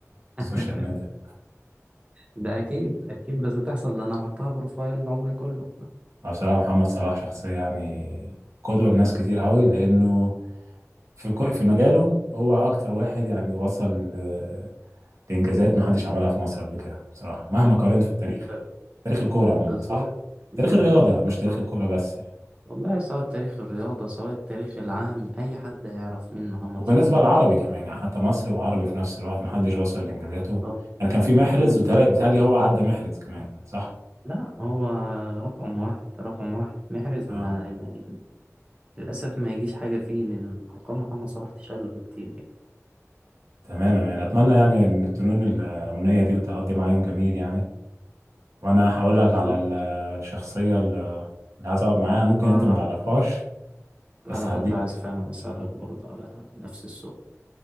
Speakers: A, on the right; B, on the right.
A: في
B: <laughs>
A: السوشيال ميديا
B: ده أكيد أكيد بس تحصل لأن هحطها بروفايل عمري كله
A: أنا بصراحة محمد صلاح شخصية يعني قدوة لناس كتير قوي لأنه في كو- في مجاله هو أكتر واحد يعني وصل ل- لإنجازات محدش عملها في مصر قبل كده بصراحة مهما قارنت في التاريخ
B: ب-
A: يعني تاريخ الكورة عموما
B: بالظبط
A: صح؟
B: بالظبط
A: تاريخ الرياضة مش
B: بالظبط
A: تاريخ الكورة بس يعني
B: والله سواء تاريخ الرياضة سواء التاريخ العام أي حد هيعرف مين محمد
A: وبالنسبة
B: صلاح
A: للعربي كمان يعني حتى مصري وعربي في نفس الوقت محدش وصل لإنجازاته
B: بالظبط.
A: يعني كان في محرز
B: دي مفاجأة
A: وتلاقي بيتهيألي هو عدى محرز كمان صح؟
B: لا هو رقم واحد رقم واحد محرز
A: اه
B: ما, ما للأسف ما يجيش حاجة فيه لأن أرقام محمد صلاح تشل بكتير يعني.
A: تمام يعني اتمنى يعني ان تنون الامنيه دي وتقضي معايا يوم جميل يعني وانا هقول
B: بالظبط
A: لك على الشخصيه اللي اللي عايز اقعد معاها ممكن
B: أنا
A: انت ما تعرفهاش بس
B: أنا
A: هديك
B: كنت عايز فعلا أسألك برضه على نفس السؤال